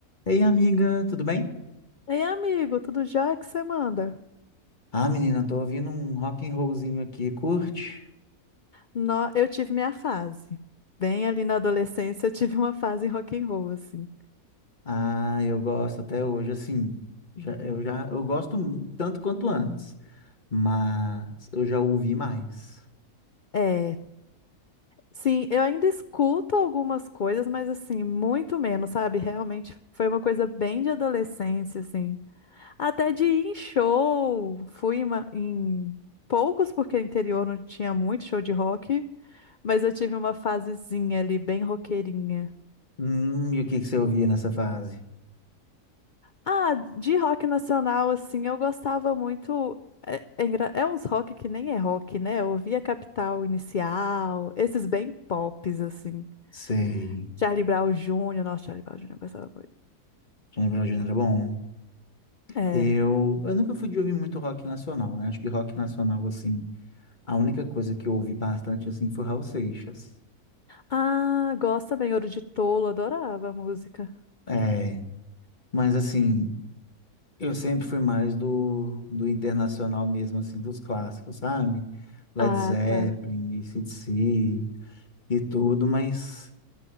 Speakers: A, on the left (about 30°); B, on the left (about 75°).
A: Ei, amiga, tudo bem?
B: Ei, amigo, tudo jóia que você manda?
A: Ah, menina, tô ouvindo um rock and rollzinho aqui, curte?
B: Nó- eu tive minha fase. Bem ali na adolescência, eu tive uma fase rock and roll, assim.
A: Ah, eu gosto até hoje, assim, já- eu já, eu gosto tanto quanto antes, mas eu já ouvi mais.
B: É, sim, eu ainda escuto algumas coisas, mas assim, muito menos, sabe? Realmente foi uma coisa bem de adolescência, assim. Até de ir em show, fui em, uma- em poucos, porque interior não tinha muito show de rock, mas eu tive uma fasezinha ali, bem roqueirinha.
A: Hum, e o que que você ouvia nessa fase?
B: Ah, de rock nacional, assim, eu gostava muito. É, é, engra- é uns rock que nem é rock, né? Eu ouvia Capital Inicial, esses bem pops, assim.
A: Sei,
B: Charlie Brown Jr., nossa, Charlie Brown Jr. eu gostava muito.
A: Johnny Bravo era bom.
B: É.
A: Eu, eu nunca fui de ouvir muito rock nacional, né? Acho que rock nacional, assim, a única coisa que eu ouvi bastante, assim, foi Raul Seixas.
B: Ah, gosto também, Ouro de Tolo, adorava a música.
A: É, mas assim, Eu sempre fui mais do, do internacional mesmo, assim, dos clássicos, sabe? Led
B: Ah,
A: Zeppelin,
B: tá.
A: AC/DC e tudo, mas